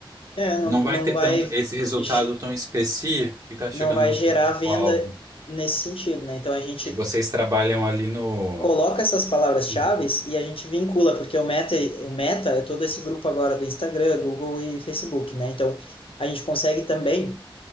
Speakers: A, on the left; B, on the right.
A: é, não,
B: não vai
A: não
B: ter
A: vai
B: tanto esse resultado
A: ge-
B: tão específico que está chegando
A: não vai
B: no
A: gerar
B: público-alvo.
A: venda nesse sentido, né? Então a gente
B: E vocês trabalham ali no.
A: coloca essas palavras-chave
B: Uhum,
A: e a gente vincula, porque o meta, o meta é todo esse grupo agora do Instagram, Google e Facebook, né? Então a gente consegue também